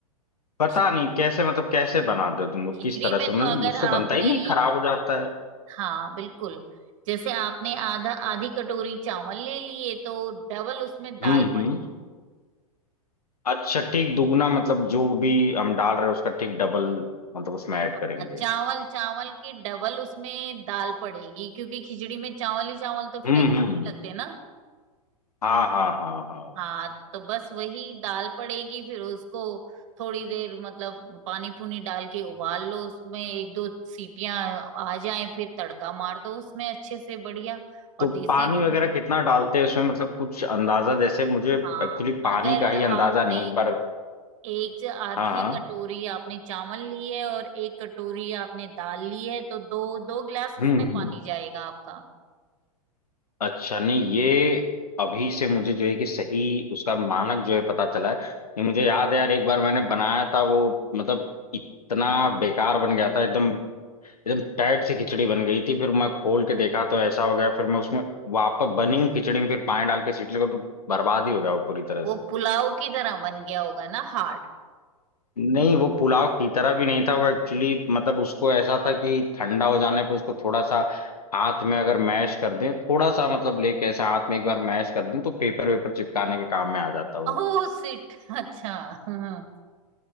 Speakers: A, on the left; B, on the right.
A: पता
B: खिचड़ी
A: नहीं कैसे मतलब कैसे बनाते हो तुम लोग
B: खिचड़ी
A: किस तरह
B: में
A: से मुझे-
B: तो अगर
A: मुझसे बनता
B: आपने
A: ही नहीं खराब हो जाता है
B: हाँ बिल्कुल जैसे आपने आधा आधी कटोरी चावल ले लिए तो डबल उसमें दाल
A: हम्म हम्म अच्छा ठीक दुगना मतलब जो भी हम डाल रहे हैं उसका ठीक डबल मतलब उसमें ऐड
B: हाँ,
A: करेंगे
B: चावल चावल की डबल उसमें दाल पड़ेगी क्योंकि खिचड़ी में चावल ही चावल तो फिर
A: हम्म
B: अच्छे
A: हम्म
B: नहीं लगते ना
A: हाँ हाँ हाँ हाँ
B: हाँ तो बस वही दाल पड़ेगी फिर उसको थोड़ी देर मतलब पानी पूनी डाल के उबाल लो उसमें एक दो सीटियां आ जाएं फिर तड़का मार दो उसमें अच्छे से बढ़िया और
A: तो
B: देसी
A: पानी
B: घी
A: वगैरह कितना डालते हैं उसमें मतलब कुछ अंदाजा जैसे मुझे
B: हाँ
A: एक्चुअली पानी
B: अगर
A: का ही
B: आपने
A: अंदाजा नहीं है एक बार
B: एक ज- आधी
A: हाँ हाँ
B: कटोरी आपने चावल ली है और एक कटोरी आपने दाल ली है तो दो दो गिलास उसमें
A: हम्म
B: पानी जाएगा आपका
A: अच्छा नहीं ये अभी से मुझे जो है कि सही उसका मानक जो है पता चला है ये मुझे याद है यार एक बार मैंने बनाया था वो मतलब इतना बेकार बन गया था एकदम एकदम टाइट सी खिचड़ी बन गई थी फिर मैं खोल के देखा तो ऐसा हो गया फिर मैं उसमें वापस बनी हुई खिचड़ी में फिर पानी डाल के सीटी लगा तो बर्बाद ही हो गया वो पूरी तरह
B: वो
A: से
B: पुलाव की तरह बन गया होगा ना हार्ड
A: नहीं वो पुलाव की तरह भी नहीं था वो एक्चुअली मतलब उसको ऐसा था कि ठंडा हो जाने पर उसको थोड़ा सा हाथ में अगर मैश कर दें थोड़ा सा मतलब लेके ऐसे हाथ में एक बार मैश कर दें तो पेपर वेपर चिपकाने के काम में आ जाता वो
B: ओह सिट अच्छा हाँ,